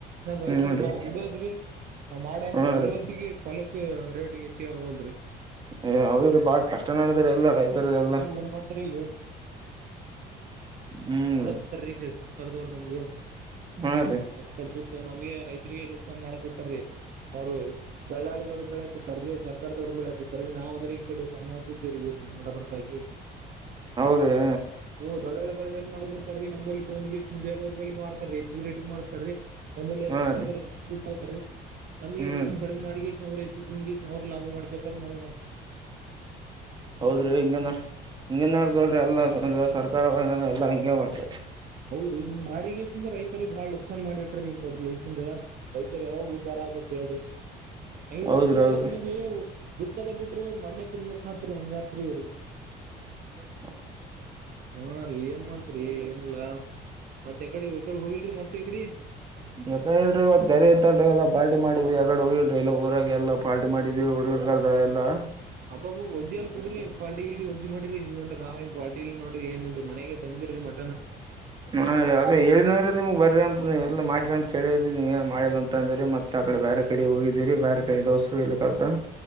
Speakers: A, on the right; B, on the right.
A: ನಮ್ ರೈತರು
B: ಹ್ಮ್ ರೀ
A: ನಾವವು ದುಡದ್ರಿ ನ ಮಾಡಂತ
B: ಹಾ
A: ಫಲವತ್ತಗ
B: ರೀ
A: ಫಲಕ್ ರೇಟ್ ಹೆಚ್ಚ ಆಗ ಹೋಲ್ದ್ರಿ
B: ಏ ಹೌದರು ಬಾಳ ಕಷ್ಟ ನಡಿದ್ರ ಎಲ್ಲಾ ರೈತರು ಎಲ್ಲಾ
A: ಏ ಮಾಡ್ತ್ರೀ ಈಗಾ
B: ಹ್ಮ್
A: ಮಾಡತ
B: ರೀ
A: ಈಗ ಸರ್ಕಾರದವರು ನಮ್ಗ.
B: ಹಾ ರೀ
A: ಕಡ್ಸುತ್ತ ನಮ್ಗೆ ರೈತರಿಗೆ ನೋಕ್ಸಾನ್ ಮಾಡ ಕೂತಾರೀ ಅವ್ರು ದಲ್ಲಾಳಿಗಳು ಬ ಬೆಳಕೂತ ರೀ ಸರ್ಕಾರದವ್ರುಳಕೂತಾರೆೀ ನಾವವು ಅಂದ್ರೆ ಈ ಕಡೆ ಸಣ್ಣಾಕತೀವರಿ ಇವ್ ನಡಬರಗಿ ಎಷ್ಟ <inaudible>
B: ಹೌದ ರಿ
A: ಓ್ ದಡೋಳ ಏನ್ ಮಾಡಿ ಬಿಡ್ರ ರೀ ನಂಬಲ್ಲಿ ತೊಗೆಷ್ಟ ಬೇರವ್ರ ಬಲಿ ಮಾಡತಾರೀ ಹೆಚ್ಚಿಗೆ ರೇಟಿಂಗ ಮಾಡ್ತಾರೀ ನಮ್ಮಲ್ಲಿ ಅಂದ್ರ
B: ಹಾ
A: ಕಡಿಮತೀ
B: ರೀ
A: ನಮಗೆ
B: ಹ್ಮ್
A: ರೇಟ್ ಕಡಿಮೆ ಮಾಡಿ ಇಷ್ಟ ನ ರೇ ಅವ್ರ್ ಲಾಭ ಮಾಡ್ಕೇತಾರೆ ನಾ
B: ಹೌದ್ರಿ ಹಿಂಗಂದ ಹಿಂಗೇನ್ ನಡ್ದಲ್ರಿ ಎಲ್ಲಾ ಸರ್ಕಾರವ ಎಲ್ಲ ಹಿಂಗಗೆ ಮಾಡ್ರಿ.
A: ಹೌದ್ರಿ ಇ್ ಮಾಡಿಗೆೇಶಿಂದ ರೈತರಿಗೆ ಬಾಳ ನುಕ್ಸಾನ್ ಮಾಡಿಟ್ಟ್ರೀ ಇಂತವ್ರ ದಸಿಂದ ರೈತರ್ ಯಾವಾಗ ಉ್ದ ಬರಾಬ ಹೇಳ್ರಿ ಹಂಗಗೆ
B: ಹೌದ್ರಿ
A: ರೈತರಿಗೆ
B: ಹೌದ್ರಿ
A: ಎಲ್ಲಸ್ ಮಂದಿ ಬಿತ್ತದೆ ಬಿಟ್ರು. ಇವರು ಮಣ್ಣೆ ತಿನ್ಬೇಕಕ್ತ್ರಿ ಹಂಗತ್ರಿ ಇವ್ರಿಗೆ
B: ಹ
A: ಹಾ ರೀ ಏನ್ ಮಾಡ್ತ್ರಿಏನ್ ಲ್ಲ ಮತ್ತೆ ಎಕಡೆಕಡೆ ಹೋಗಿಲ್ರಿ ಮತ್ತ ಈಕಡಿ?
B: ಯಾಕ ಇಲ್ರಿ ಇವತ್ ಕರಿ ಇತ್ತಲ್ರಿ ಎಲ್ಲ ಪಾರ್ಟಿ ಮಾಡಿದಿ ಎಗಡೆ ಊ ಇಲ್ರಿ ಇಲ್ಲ ಊರಾಗ ಎಲ್ಲ ಪಾರ್ಟಿ ಮಾಡಿದೀವಿ ಹುಡುಗರ್ಗ ಎಲ್ಲ
A: ಅಬ್ಬಬ್ಬ ವಜ್ಜ ಅಲ್ ಬಿರಿಫಾಟಿ ಗಲ್ಟಿಜ್ಜ್ ಮಾಡಿರಿ ನೀವ ಅಂತ ನಾವ ನ್ ಫಲ್ಟ ಅ ನೋ್ರಿ ಏನ್ರಿ ಮನೆಗೆ <inaudible> ಮಟನ್
B: ಹಾ ಅದೇ ಹೇಳಿದವ್ರೀ ನಿಮ್ಗ್ ಬ್ರಿ ಅಂತ ಎಲ್ಲ ಮಾಡ್ರ ಅಂತ ಕೇಳಿ ನಿಮ್ ಏನ್ ಮಾಡಿಲ್ಲ ಅಂತ ಅಂದ್ರ ಮತ್ತ ಆ ಕಡೆ ಬೇರೆ ಕಡೆ ಹೋಗಿದ್ದೀರಿ ಬೇರೆ ಕಡೆ ದೋಸ್ ಎ ಕಲ್ತ